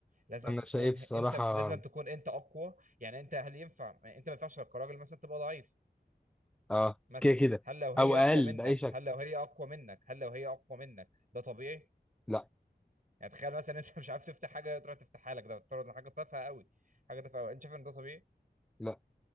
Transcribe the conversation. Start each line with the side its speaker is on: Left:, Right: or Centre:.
Right: لازم
Centre: انا
Right: تكون
Centre: شايف
Right: انت
Centre: صراحة
Right: لازم تكون انت اقوى يعني انت هل ينفع يعني انت ما ينفعش كراجل مثلا تبقى ضعيف
Centre: اه
Right: مثلا
Centre: كده كده
Right: هل لو هي
Centre: او اقل
Right: اقوى منك
Centre: باي شكل
Right: هل لو هي اقوى منك هل لو هي اقوى منك ده طبيعي
Centre: لا
Right: يعني تخيل مثلا انت <laughs> مش عارف تفتح حاجه تروح تفتحها لك ده بتفترض إن حاجه تافهه قوي حاجه تافهه قوي انت شايف ان ده طبيعي
Centre: لا